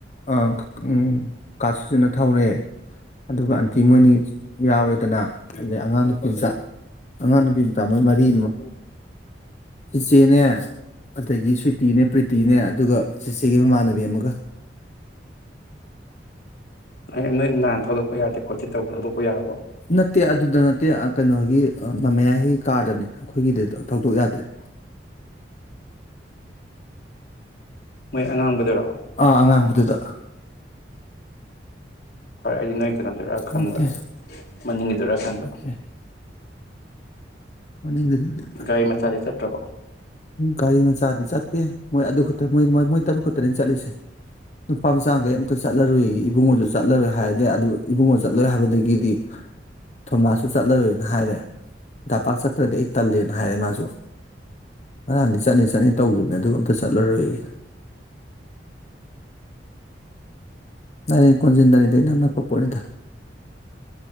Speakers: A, on the left; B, on the left.
A: ꯑ ꯑꯪꯪ ꯀꯥ ꯁꯨꯁꯤꯟꯅ ꯊꯧꯔꯦ ꯑꯗꯨꯒ ꯑꯟꯇꯤ ꯃꯣꯏꯅꯤ ꯌꯥꯎꯔꯦꯗꯅ ꯑꯗꯩ ꯑꯉꯥꯡ ꯅꯨꯄꯤ ꯃꯆꯥ ꯑꯉꯥꯡ ꯅꯨꯄꯤ ꯃꯆꯥ ꯃꯣꯏ ꯃꯔꯤ ꯑꯃ ꯆꯤꯆꯦꯅꯦ ꯑꯗꯒꯤ ꯁ꯭ꯋꯤꯇꯤꯅꯦ ꯄ꯭ꯔꯤꯇꯤꯅꯦ ꯑꯗꯨꯒ ꯆꯤꯆꯦꯒꯤ ꯃꯃꯥꯟꯅꯕꯤ ꯑꯃꯒ
B: ꯐꯔꯦ ꯅꯣꯏ ꯅꯍꯥꯟ ꯊꯧꯗꯣꯛꯄ ꯌꯥꯗꯦ ꯈꯣꯠꯇꯦ ꯇꯧꯕꯗꯣ ꯊꯧꯗꯣꯛꯄ ꯌꯥꯔꯕꯣ
A: ꯅꯠꯇꯦ ꯑꯗꯨꯗ ꯅꯠꯇꯦ ꯀꯩꯅꯣꯒꯤ ꯃꯃꯌꯥꯍꯣꯏꯒꯤ ꯀꯥꯔꯗꯅꯦ ꯑꯩꯈꯣꯏꯒꯤꯗꯤ ꯊꯧꯗꯣꯛ ꯌꯥꯗ꯭ꯔꯦ
B: ꯃꯣꯏ ꯑꯉꯥꯡꯕꯗꯨꯔꯣ
A: ꯑꯥ ꯑꯉꯥꯡꯕꯗꯨꯗ
B: ꯐꯔꯦ ꯑꯗꯨ ꯅꯣꯏ ꯀꯩꯅꯣꯗꯨꯔꯥ ꯈꯟꯕ
A: ꯅꯠꯇꯦ
B: ꯃꯅꯤꯡꯒꯤꯗꯨꯔꯥ ꯈꯟꯕ
A: ꯅꯠꯇꯦ ꯃꯅꯤꯡꯗꯨꯗ
B: ꯒꯥꯔꯤ ꯃꯆꯥꯗꯤ ꯆꯠꯇ꯭ꯔꯕꯣ
A: ꯒꯥꯔꯤ ꯃꯆꯥꯗꯤ ꯆꯠꯇꯦ ꯃꯣꯏ ꯑꯗꯨ ꯈꯛꯇ ꯃꯣꯏ ꯃꯣꯏ ꯃꯣꯏ ꯇꯔꯨꯛ ꯈꯛꯇꯅꯦ ꯆꯠꯂꯤꯁꯦ ꯅꯨꯄꯥ ꯃꯆꯥ ꯒꯩ ꯑꯝꯇ ꯆꯠꯂꯔꯣꯏꯌꯦ ꯏꯕꯨꯡꯉꯣꯁꯨ ꯆꯠꯂꯔꯣꯏ ꯍꯥꯏꯔꯗꯤ ꯑꯗꯨ ꯏꯕꯨꯡꯉꯣ ꯆꯠꯂꯔꯣꯏ ꯍꯥꯏꯕꯗꯒꯤꯗꯤ ꯊꯣꯃꯥꯁꯁꯨ ꯆꯠꯂꯔꯣꯏꯅ ꯍꯥꯏꯔꯦ ꯗꯥꯄꯥꯛ ꯆꯠꯇ꯭ꯔꯗꯤ ꯑꯩ ꯇꯜꯂꯦꯅ ꯍꯥꯏꯔꯦ ꯃꯥꯁꯨ ꯉꯔꯥꯟꯗꯤ ꯆꯠꯅꯤ ꯆꯠꯅꯤ ꯇꯧꯈꯤꯕꯅꯦ ꯑꯗꯨꯒ ꯑꯝꯇ ꯆꯠꯂꯔꯣꯏꯌꯦ ꯅꯥꯔꯤꯟ ꯀꯣꯟꯖꯤꯟꯗꯅꯤꯗ ꯏꯅꯛ ꯅꯛꯄ ꯄꯣꯠꯅꯤꯗ